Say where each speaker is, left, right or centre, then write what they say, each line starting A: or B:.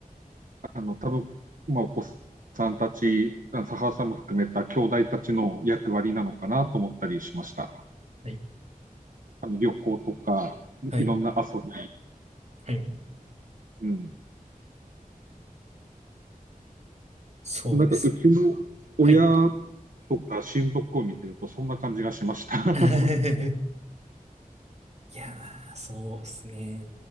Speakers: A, on the right (about 65°); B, on the right (about 50°).
A: あの多分今お子さんたち、佐原さんも含めた兄弟たちの役割なのかなと思ったりしました。
B: はい、
A: あの旅行とか、いろんな遊び、
B: はい、はい、
A: うん。
B: そうですね。
A: なんかうちの親
B: はい。
A: とか親族を見てると、そんな感じがしました。<laughs>
B: <laughs> いやー、そうですね。